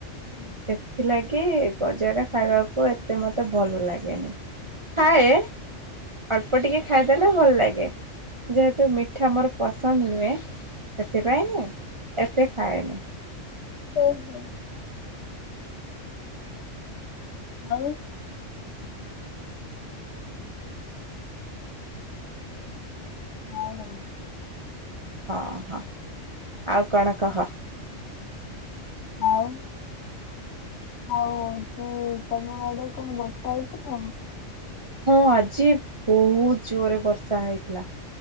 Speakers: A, on the left; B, on the right.
A: ହୁଁ।
B: ସେଥିଲାଗି ଗଜାଟା ଖାଇବାକୁ, ଏତେ ମୋତେ ଭଲ ଲାଗେନି। ଖାଏ, ଅଳ୍ପ ଟିକେ ଖାଇଦେଲେ ଭଲ ଲାଗେ। ଯେହେତୁ ମିଠା ମୋର ପସ୍ ସନ୍ଦ ନୁହେଁ, ସେଥିପାଇଁ ଏତେ ଖାଏନି।
A: ହଉ ହୋ। ଆଉ। ହଉ ହଉ।
B: ହଁ, ହଁ, ଆଉ କଣ କହ?
A: ଆଉ ଆଉ ତୁ ତମ ଆଡେ କଣ ବର୍ଷା ହେଇଥିଲା?
B: ହଁ ଆଜି ବହୁତ ଜୋରରେ ବର୍ଷା ହେଇଥିଲା।